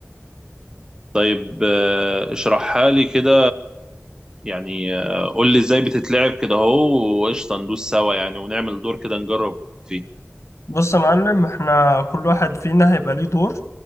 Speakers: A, on the right; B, on the left.
A: طيب آه، اشرحها لي كده يعني آه، قول لي ازاي بتتلعب كده اهو وقشطة ندوس سوا يعني ونعمل دور كده نجرب فيه
B: بص يا معلم احنا كل واحد فينا هيبقى ليه دور